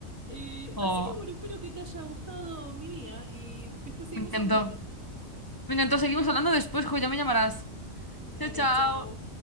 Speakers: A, on the right; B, on the left.
A: Eh,
B: Oh,
A: así que bueno, espero que te haya gustado mi día y después seguimos
B: me encantó.
A: hablando.
B: Me encantó. Seguimos hablando después, jo, ya me llamarás.
A: Dale,
B: Chao, chao.
A: chao.